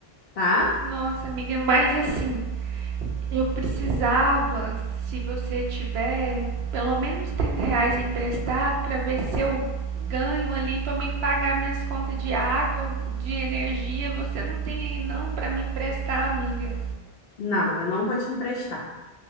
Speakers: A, on the left; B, on the right.
A: tá?
B: Nossa, amiga, mas assim, eu precisava, se você tiver, pelo menos 30 reais emprestado para ver se eu ganho ali para me pagar minhas contas de água, de energia. Você não tem aí não para me emprestar, amiga.
A: Não, eu não vou te emprestar.